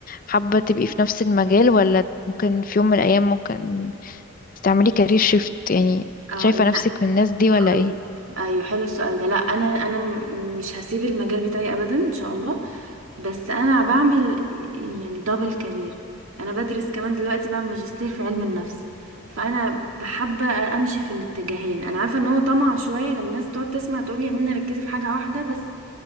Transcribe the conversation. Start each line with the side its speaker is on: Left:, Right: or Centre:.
Left: حابة تبقي في نفس المجال ولا ممكن في يوم من الأيام ممكن تعملي كارير شيفت يعني
Right: اه
Left: شايفة
Right: لا
Left: نفسك من الناس دي ولا
Right: هقولك
Left: ايه
Right: ايوه حلو السؤال ده لا انا انا م- مش هسيب المجال بتاعي ابدا ان شاء الله بس انا بعمل يعني دبل كارير انا بدرس كمان دلوقتي بعمل ماجستير في علم النفس فانا بحب امشي في الاتجاهين انا عارفه ان هو طمع شويه لان الناس تقعد تسمع تقول لي يا منى ركزي في حاجه واحده بس